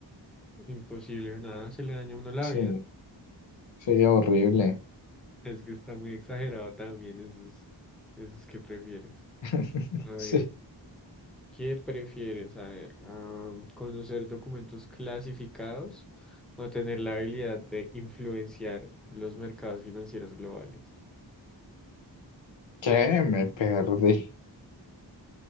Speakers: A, in the centre; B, on the left (about 80°).
A: imposible, nada, se le daña a uno la
B: Sí,
A: vida.
B: sí, horrible.
A: Es que está muy exagerado también esos, esos que prefieres.
B: <laughs>
A: A ver,
B: Sí.
A: ¿qué prefieres? A ver, ah, ¿conocer documentos clasificados o tener la habilidad de influenciar los mercados financieros globales?
B: ¿Qué? Me perdí.